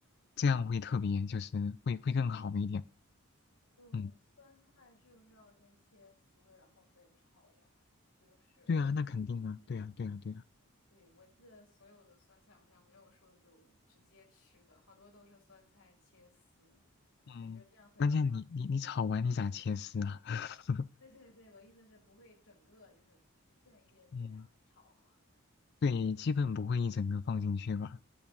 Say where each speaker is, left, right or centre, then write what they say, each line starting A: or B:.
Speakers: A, on the left (about 50°); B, on the left (about 85°).
A: 这样会特别就是会会更好一点。
B: 嗯，
A: 嗯，
B: 酸菜是不是要先切丝，然后再炒呀？就是。
A: 对啊，那肯定啊，
B: 嗯。
A: 对啊，对啊，对啊。
B: 对，我记得所有的酸菜好像没有说就直接吃的，好多都是酸菜切丝，
A: 嗯，
B: 感觉这样会让它……
A: 关键你你你炒完你咋切丝啊？<laughs>
B: 对对对，我意思是不会整个就是一片叶子那样炒。
A: 嗯，
B: <laughs>
A: 对，基本不会一整个放进去吧。